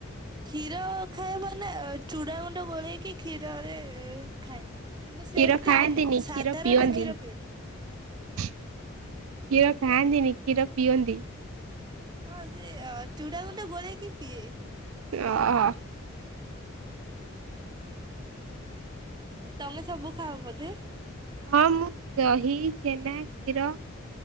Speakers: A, on the right; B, on the right.
A: କ୍ଷୀର ଖାଇବ ନା ଚୁଡ଼ା ଗୁଣ୍ଡ ଗୋଳେଇକି କ୍ଷୀରରେ ଖାଏ କିନ୍ତୁ ସେମିତି
B: କ୍ଷୀର ଖାଆନ୍ତିନି
A: ସାଧାରଣ
B: କ୍ଷୀର ପିଅନ୍ତି।
A: କ୍ଷୀର ପିଏ ନା।
B: କ୍ଷୀର ଖାଆନ୍ତିନି କ୍ଷୀର ପିଅନ୍ତି।
A: ହଁ ସେ ଚୁଡ଼ା ଗୁଣ୍ଡ ଗୋଳେଇକି ପିଏ।
B: ଅ
A: ତମେ ସବୁ ଖାଅ ବୋଧେ।
B: ହଁ ମୁଁ ଦହି ଛେନା କ୍ଷୀର